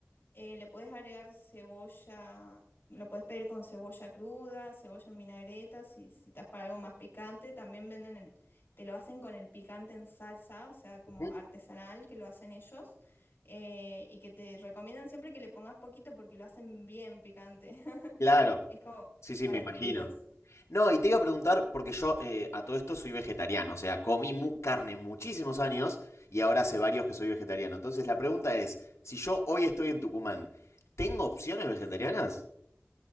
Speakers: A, on the left; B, on the left.
A: Eh, le puedes agregar cebolla, lo puedes pedir con cebolla cruda, cebolla en vinagreta, si, si estás para algo más picante. También venden el, te lo hacen con el picante en salsa, o sea, como
B: Ujú.
A: artesanal que lo hacen ellos. eh, y que te recomiendan siempre que le pongas poquito porque lo hacen bien picante. <laughs>
B: claro.
A: Es como
B: Sí, sí,
A: para
B: me imagino.
A: atrevidos.
B: No, y te iba a preguntar, porque yo eh, a todo esto soy vegetariano, o sea, comí mu- carne muchísimos años y ahora hace varios que soy vegetariano. Entonces la pregunta es, si yo hoy estoy en Tucumán, ¿tengo opciones vegetarianas?